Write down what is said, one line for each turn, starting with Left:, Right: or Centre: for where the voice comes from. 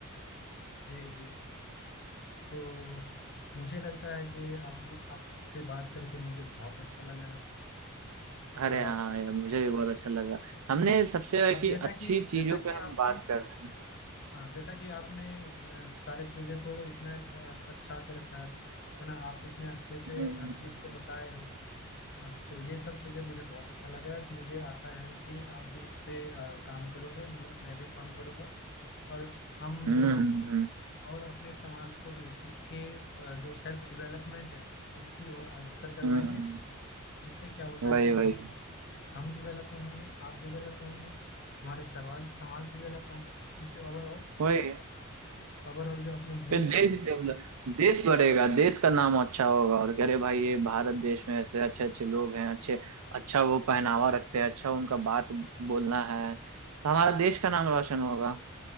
Left: जी जी तो मुझे लगता है कि आप आपसे बात करके मुझे बहुत अच्छा लगा है
Right: अरे
Left: अ,
Right: हाँ यार मुझे भी बहुत अच्छा लगा हमने सबसे
Left: अब
Right: कि
Left: जैसा
Right: अच्छी
Left: कि
Right: चीजों
Left: जैसा
Right: पे
Left: कि
Right: हम
Left: आपने
Right: बात कर रहे हैं
Left: हाँ जैसा कि आपने अ, सारे चीज़ों को इतना अ, अच्छा से रखा है है ना आप इतने अच्छे से
Right: हम्म, हम्म,
Left: हर चीज़
Right: हम्म।
Left: को बताए हो है ना तो ये सब चीज़ें मुझे बहुत अच्छा लगा है तो मुझे आशा है कि आप भी इस पे अ, काम करोगे मु- मैं भी काम करूँगा और हम
Right: हम्म
Left: दोनों
Right: हम्म,
Left: और अपने समाज को भी इसके अ, जो सेल्फ डेवलपमेंट है इसकी ओर अग्रसर करवाएंगे
Right: हम्म,
Left: जिससे क्या होता
Right: वही
Left: है कि
Right: वही
Left: हम हम डेवलप होंगे आप डेवलप होंगे हमारे समाज समाज डेवलप होंगे जिससे ओवरऑल
Right: वही
Left: ओवरऑल जो अपने
Right: फिर
Left: देश
Right: देश
Left: का ग्रोथ
Right: डेवलप
Left: हो
Right: देश बढ़ेगा देश का नाम अच्छा होगा और कह रहे भाई ये भारत देश में ऐसे अच्छे अच्छे लोग हैं अच्छे अच्छा वो पहनावा रखते हैं अच्छा उनका बात बोलना है तो हमारा देश का नाम रोशन होगा